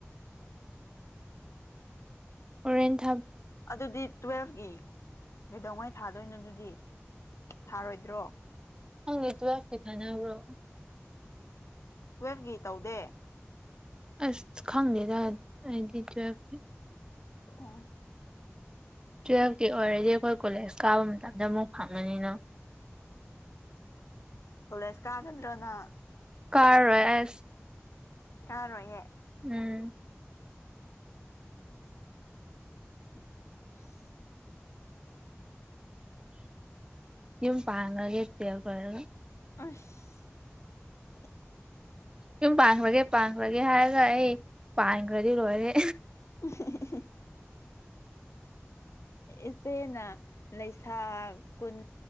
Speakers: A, on the right; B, on the left.
A: ꯑꯣꯔꯦꯟꯖ
B: ꯑꯗꯨꯗꯤ ꯇꯨꯋꯦꯜꯐꯀꯤ ꯀꯩꯗꯧꯉꯩ ꯊꯥꯗꯣꯏꯅꯣ ꯑꯗꯨꯗꯤ ꯊꯥꯔꯣꯏꯗ꯭ꯔꯣ
A: ꯍꯪꯉꯠꯇ ꯄ ꯊꯅꯦꯕ꯭ꯔꯣ
B: ꯇꯨꯋꯦꯜꯐꯀꯤ ꯇꯧꯗꯦ
A: ꯑꯁ ꯈꯪꯗꯦꯗꯖꯦ
B: ꯎꯝ
A: ꯇꯨꯌꯦꯜꯐꯀꯤ ꯑꯣꯏꯔꯗꯤ ꯑꯩꯈꯣꯏ ꯀꯣꯂꯦꯖ ꯀꯥꯕ ꯃꯇꯝꯗ ꯑꯃꯨꯛ ꯐꯪꯉꯅꯤꯅ
B: ꯄꯨꯂꯁ ꯀꯥꯒꯗ꯭ꯔꯣꯅ
A: ꯀꯥꯔ ꯔꯣꯏꯁ
B: ꯌꯥꯥꯔꯣꯏꯍꯦ
A: ꯎꯝ
B: <inaudible>
A: ꯌꯨꯝ ꯄꯥꯟꯉꯒꯦꯠꯇ ꯑꯩꯈꯣꯏꯒ
B: ꯑꯁ
A: ꯌꯨꯝ ꯄꯥꯟꯈ꯭ꯔꯒꯦ ꯄꯥꯟꯈ꯭ꯔꯒꯦ ꯍꯥꯏꯔꯒ ꯑꯩ ꯄꯥꯟꯈ꯭ꯔꯗꯤ ꯂꯣꯏꯔꯦ
B: <inaudible> ꯏꯆꯦꯅ ꯂꯩꯁꯥ ꯀꯨꯟ